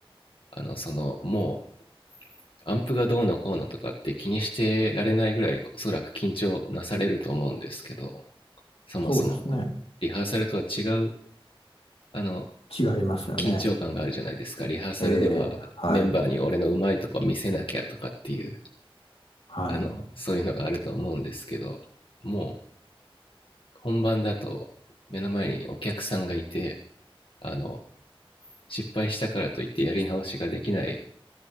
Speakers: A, on the left (about 65°); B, on the left (about 85°).
A: あの、その、もう、アンプがどうのこうのとかって気にしてられないぐらい、おそらく緊張なされると思うんですけど、そもそも、
B: そうですね。
A: リハーサルとは違う、あの、
B: 違いますよね。
A: 緊張感があるじゃないですか。リハーサルではメンバーに俺のうまいとこ見せなきゃとかっていう、
B: ええ、はい。はい。
A: あの、そういうのがあると思うんですけど、も本番だと目の前にお客さんがいてあの失敗したからといってやり直しができない